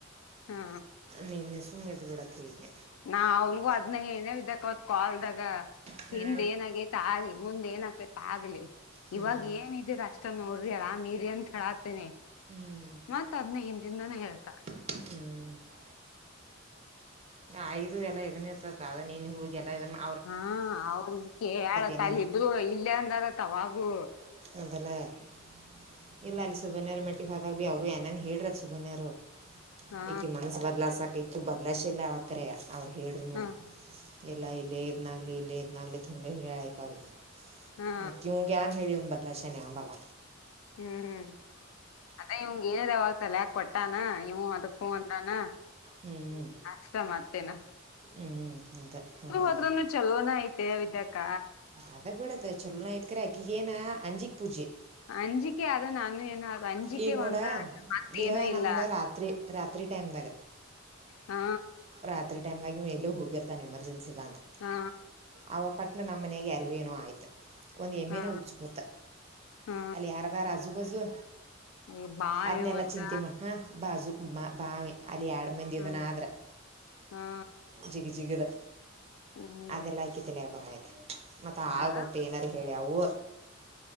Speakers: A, on the left; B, on the right.
A: ಹಾ
B: ನೀ ಸುಮ್ಮೆ ಇದ್ದು ಬಿಡು ಆತಗ್ಗೆ.
A: ನಾ ಅವನ್ಗೂ ಅದ್ ಏನ ಇದ್ದಕ ಅವತ್ ಕಾಲ್ದಾಗ
B: ಹ್ಞೂ
A: ಹಿಂದ ಏನ್ ಆಗೇತಿ. ಆಗ್ಲಿ ಮುಂದ್ ಏನ್ ಆಕ್ತತ್ ಆಗ್ಲಿ
B: ಹ್ಞೂ
A: ಇವಾಗ ಏನ್ ಇದದೀರ ಅಷ್ಟ ನೋಡ್ರಿ ಆರಾಮ್ ಇರಿ ಅಂತ ಹೇಳಕತೀನಿ.
B: ಹ್ಞೂ
A: ಮತ್ ಅದ್ನ ಹಿಂದಿಂದಾನೇ ಹೇಳ್ತ.
B: ಹ್ಮ್ ಅದು ಎಲ್ಲ ಇದನ್ನ ಇರ್ತತ್ದ ನೀನ್ ಹೂಗೆಲ್ಲಾ ಇದನ್ನ.
A: ಹಾ ಅವ್ರ ಹೇಳತ್ತ
B: ಏನೇನು
A: ಅಲ್ಲಿ ಇಬರು ಇಲ್ಲೇ ಅಂದರತ್ತವಾಗು.
B: <unintelligible> ಇಲ್ಲ ಅಲ್ಲಿ ಸುಬನ್ಯರ ಮೆಟಿ ಹೊದಾಗ ಅವರು ಏನೇನ್ ಹೇಳರ ಸುಬನನ್ರರು
A: ಹಾ
B: ಈಕಿ ಮನಸ್ ಬದಲ ಸಾಕಿ ಈಕಿ ಬದಲಾಯಿಸಿಲ್ಲ ಅವಕ್ರೆ ಅವ್ರು ಹೇಳ್ರುನು.
A: ಹಾ
B: ಎಲ್ಲ ಇಲ್ಲ ಇದನಾಗ್ಲಿ ಇಲ್ಲ ಇದದನಾಗ್ಲಿ ಹಿಂಗೆ ಹೇಳಯಕಿ ಅವ್ರಿಗೆ.
A: ಹಾ
B: ಮತ್ತ ಇವ್ಗೆ ಏನ್ ಹೇಳಿವನ್ ಬದ್ಲಸಾನಿ ಆಗಲ್ಲ.
A: ಹ್ಮ್ ಹ್ಮ್ ಅದೇ ಇವನಿಗೆ ಹೇಳಿ ತಲೆಯಾಗ ಕೊಟ್ಟಾನ ಇವನು ಅದಕ್ಕ ಹು ಅಂದಾನ.
B: ಹ್ಮ್
A: ಅಷ್ಟ ಮತ್ತೇನಾ.
B: ಹ್ಮ್ ಅದೇ ಹಂಗೆ.
A: ಎಲ್ಲದ್ರನು ಚಲೋನೆ ಐತೆ ವಿದ್ಯಾಅಕ್ಕ.
B: ಅದ ಬಿಡದ ಚೊಲೋನತ್ಕ್ರ ಅಕ್ಕಿಗೆ ಏನ ಅಂಜಿಕ್ ಪೂಜೆ.
A: ಅಂಜಿಕೆ ಆದ ನಾನು ಏನ ಅಂಜಿಕೆ
B: ಈಗ ನೋಡ
A: ಒಂದ ಮತ್ತ
B: ಈಗ
A: ಏನು ಇಲ್ಲ
B: ನಮ್ಗ ರಾತ್ರಿ. ರಾತ್ರಿ ಟೈಮ್ದಾಗ
A: ಹಾ
B: ರಾತ್ರಿ ಟೈಮದಾಗ ಎಲ್ಲ ಹೋಗಿರ್ತಾನೆ ಎಮರ್ಜೆನ್ಸಿ. ಬಂದು
A: ಹಾ
B: ಅವಪ್ಪಟ್ನ ನಮ್ಮ ಮನೆಗೆ ಯಾರಿಗೋ ಏನೋ ಆಯ್ತು. ಒಂದು ಎಮ್ಮಿನೆ
A: ಹಾ
B: ಉಚ್ಕೊತ
A: ಹಾ
B: ಅಲ್ಲಿ ಯಾರದಾರ ಹಸು ಪಾಸು.
A: ಈ ಬಾಯು
B: ಅದ್ನೆಲ್ಲ
A: ಅಂತ
B: ಚಿಂತಿಮ್ಮ ಹಾ ಬಾಜುಕ್ ಬಾವಿ ಅಲ್ಲಿ ಎರಡು ಮಂದಿ
A: ಹ್ಮ
B: ಇದನ ಆದ್ರ
A: ಹಾ
B: ಜಿಗ ಜಿಗದ
A: ಹ್ಮ್
B: ಅದೆಲ್ಲಯಕಿತಿ ಲಬರ ಆಯತೆ ಮತ್ತ ಹಾಳ್
A: ಅದ
B: ಕೊಟ್ಟು ಏನಾರ ಹೇಳಿ ಅವು